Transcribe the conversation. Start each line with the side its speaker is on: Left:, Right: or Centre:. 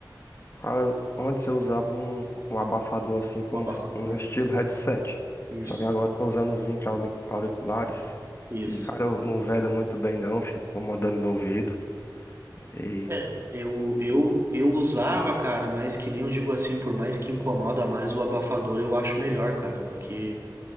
Left: Cara, eu- Antes eu usava um, um abafador assim, como
Right: O abafador.
Left: s- no estilo headset.
Right: Isso,
Left: Só que agora eu tô usando os intra-auric- auriculares
Right: isso.
Left: e, cara, eu não veda muito bem não, fico incomodando no ouvido. E...
Right: É, eu, eu, eu usava, cara, mas que nem eu digo assim, por mais que incomoda mais, o abafador eu acho melhor, cara, porque.